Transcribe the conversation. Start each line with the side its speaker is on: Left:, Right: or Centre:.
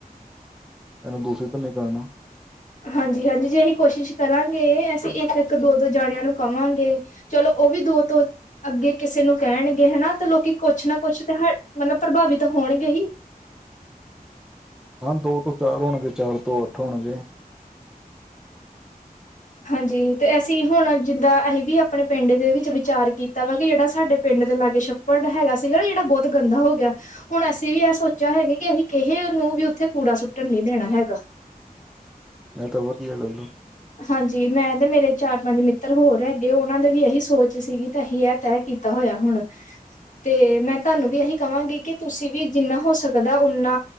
Centre: ਇਹਨੂੰ ਦੂਸਰੀ ਤੇ ਨ ਕਰਨਾ
Left: ਹਾਂਜੀ ਹਾਂਜੀ ਜੇ ਅਸੀਂ ਕੋਸ਼ਿਸ਼ ਕਰਾਂਗੇ ਅਸੀਂ ਇੱਕ ਇੱਕ ਦੋ ਦੋ ਜਾਣਿਆਂ ਨੂੰ ਕਮ ਵਾਂਗੇ ਚਲੋ ਉਹ ਵੀ ਦੋ ਤੋਂੋ ਅੱਗੇ ਕਿਸੇ ਨੂੰ ਕਹਿਣਗੇ ਹਨਾ ਤਾਂ ਲੋਕੀ ਕੁਛ ਨਾ ਕੁਛ ਤੇ ਮਤਲਬ ਪ੍ਰਭਾਵਿਤ ਹੋਣਗੇ ਹੀ
Centre: ਹਾਂ ਦੋ ਤੋਂ ਚਾਰ ਹੋਣਗੇ ਚਾਰ ਤੋਂ ਅੱਠ ਹੋਣਗੇ
Left: ਹਾਂਜੀ ਤੇ ਅਸੀਂ ਹੁਣ ਜਿੱਦਾਂ ਅਸੀਂ ਵੀ ਆਪਣੇ ਪਿੰਡ ਦੇ ਵਿੱਚ ਵਿਚਾਰ ਕੀਤਾ ਵਾ ਕਿ ਜਿਹੜਾ ਸਾਡੇ ਪਿੰਡ ਦੇ ਲਾਗੇ ਛੱਪੜ ਹੈਗਾ ਸੀਗਾ ਨਾ ਜਿਹੜਾ ਬਹੁਤ ਗੰਦਾ ਹੋ ਗਿਆ ਹੁਣ ਅਸੀਂ ਵੀ ਇਹ ਸੋਚਿਆ ਹੈਗਾ ਕਿ ਅਸੀਂ ਕਿਸੇ ਨੂੰ ਵੀ ਉੱਥੇ ਕੂੜਾ ਸੁੱਟਣ ਨੀ ਦੇਣਾ ਹੈਗਾ
Centre: ਇਹ ਤਾਂ ਵਧੀਆ ਗੱਲ ਹੋ
Left: ਹਾਂਜੀ ਮੈਂ ਤੇ ਮੇਰੇ ਚਾਰ ਪੰਜ ਮਿੱਤਰ ਹੋਰ ਹੈਗੇ ਉਹਨਾਂ ਦੀ ਵੀ ਇਹੀ ਸੋਚ ਸੀਗੀ ਤਾਂ ਅਸੀਂ ਇਹ ਤਾਂ ਹੈ ਕੀਤਾ ਹੋਇਆ ਹੁਣ ਤੇ ਮੈਂ ਤੁਹਾਨੂੰ ਵੀ ਇਹੀ ਕਹਾਂਗੀ ਕਿ ਤੁਸੀਂ ਵੀ ਜਿੰਨਾ ਹੋ ਸਕ ਵਧਾ ਨਾ